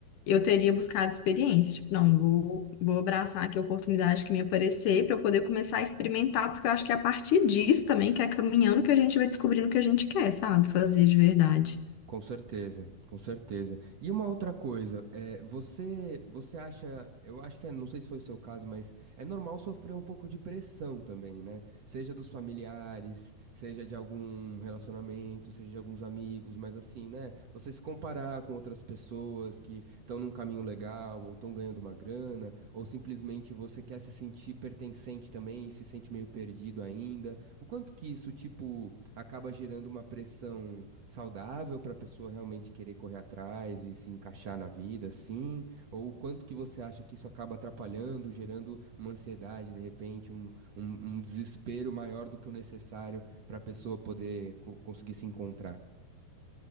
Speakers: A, on the left; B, on the right.
A: eu teria buscado experiência. Tipo, não, vou, vou abraçar aqui a oportunidade que me aparecer para eu poder começar a experimentar, porque eu acho que é a partir disso também, que é caminhando, que a gente vai descobrindo o que a gente quer, sabe? Fazer de verdade.
B: Com certeza, com certeza. E uma outra coisa, é, você, você acha, eu acho que é, não sei se foi o seu caso, mas é normal sofrer um pouco de pressão também, né? Seja dos familiares, seja de algum relacionamento, seja de alguns amigos, mas assim, né? Você se comparar com outras pessoas que estão num caminho legal, ou estão ganhando uma grana, ou simplesmente você quer se sentir pertencente também e se sente meio perdido ainda. O quanto que isso, tipo, acaba gerando uma pressão? saudável para a pessoa realmente querer correr atrás e se encaixar na vida, sim? Ou o quanto que você acha que isso acaba atrapalhando, gerando uma ansiedade, de repente, um, um, um desespero maior do que o necessário para a pessoa poder co- conseguir se encontrar?